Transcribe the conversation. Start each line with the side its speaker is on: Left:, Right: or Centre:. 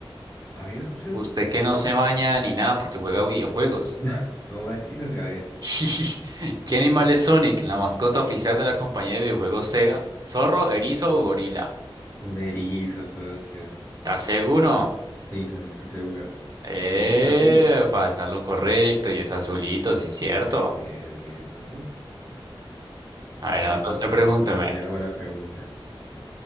Left: A ver, socio.
Right: Usted que no se baña ni nada porque juega videojuegos.
Left: <laughs> No más, sí, socio, a ver.
Right: <laughs> ¿Qué animal es Sonic, la mascota oficial de la compañía de videojuegos Sega? ¿Zorro, erizo o gorila?
Left: Un erizo, socio.
Right: ¿Estás seguro?
Left: Sí, socio, estoy seguro.
Right: Epa,
Left: El erizo azul.
Right: está en lo correcto y es azulito, sí, cierto.
Left: Así es, así es, socio.
Right: A ver,
Left: A
Right: entonces
Left: ver, socio,
Right: pregúnteme.
Left: yo le hago la pregunta.